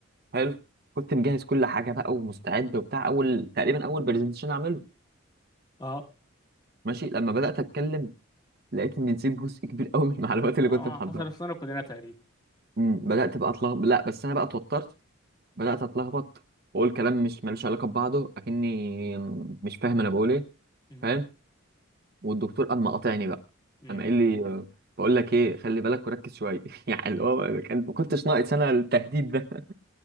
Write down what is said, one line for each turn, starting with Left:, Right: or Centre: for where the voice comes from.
Right: حلو كنت مجهز كل حاجه بقى ومستعد وبتاع اول تقريبا اول برزنتيشن اعمله
Left: اه
Right: ماشي لما بدات اتكلم لقيت اني نسيت جزء كبير قوي من المعلومات اللي
Left: اه
Right: كنت محضرها
Left: حصلت لنا كلنا تقريبا
Right: م. بدات بقى اتلخبط لا بس انا بقى اتوترت بدأت أتلخبط وأقول كلام مش ملوش علاقة ببعضه أكني مش فاهم أنا بقول إيه
Left: امم
Right: فاهم والدكتور أما قاطعني بقى
Left: امم
Right: أما قال لي آه، بقول لك إيه خلي بالك وركز شوية <laughs> يعني اللي هو كان ما كنتش ناقص أنا التهديد ده